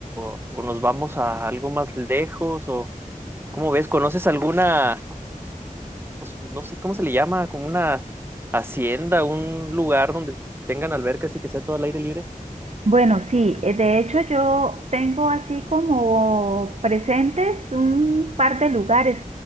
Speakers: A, on the right; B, on the right.
A: o, o nos vamos a algo más lejos o ¿cómo ves? ¿Conoces alguna? pues no sé cómo se le llama, como una hacienda, un lugar donde tengan albercas y que sea todo al aire libre.
B: Bueno, sí, eh, de hecho yo tengo así como presentes un par de lugares